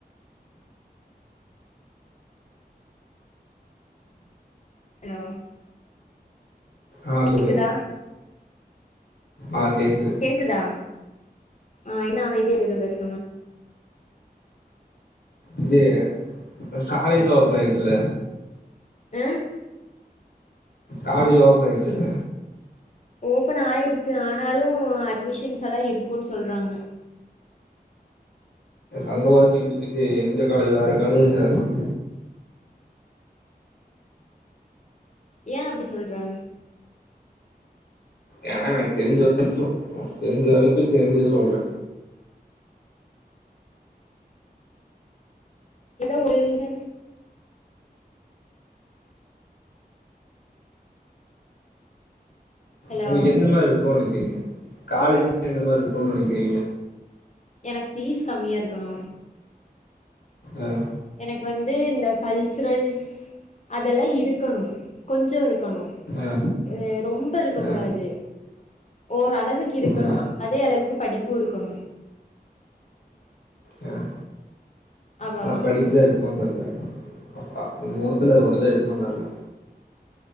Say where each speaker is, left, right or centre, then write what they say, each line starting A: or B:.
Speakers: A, on the left; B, on the left.
A: ஹலோ
B: ஆ
A: கேக்குதா
B: சொல்லுங்க ஆ கேக்குது
A: கேக்குதா ஆ இன்னா அமைதியா எது பேஸ்
B: இது இ இப்ப காலேஜ்ல ஓப்பன் ஆய்டுச்சல்ல
A: ம்
B: காலேஜ் ஓபன் ஆய்டுச்சுல
A: ஓப்பன் ஆய்டுச்சு ஆனாலும் அட்மிஷன்ஸ் எல்லாம் இருக்கும்ன்னு சொல்றாங்க
B: அங்க ஒர்த் இல் இஇ இந்த காலேஜ் இல்ல வேற காலேஜ்ல சேரலாம்
A: ஏ அப்டி சொல்ற
B: ஏன்னா எனக் தெரிஞ்ச வரைக்கும் தெரிஞ்ச வரைக்கும் தெரிஞ்சத சொல்ற
A: எதோ ஒரு இல் தா ஹலோ
B: உங்ளுக் எந்த மார்ருக்கு நெனைக்கறீங்க காலேஜ்ன்னா எந்த மார்ருக்குனு நெனக்கறீங்க
A: எனக்கு ஃபீஸ் கம்மியா இருக்கணு
B: ஆ
A: எனக்கு வந்து இந்த கல்ச்சுரல்ஸ் அதெல்லா இருக்கணு கொஞ்சோ இருக்கணு
B: ஆ
A: அ ரொம்ப இருக்கக்கூடாது
B: ஆ
A: ஓரளவுக் இருக்கணு
B: ஆ
A: அதே அளவுக்கு படிப்பு இருக்கணு
B: ஆ
A: அவ்ளோதா
B: ஆனா படிப்பு தா இருக்குமாந்தெர்ல அப்ப மூணுத்துல ஒன்னுதா இருக்குமாந்தெர்ல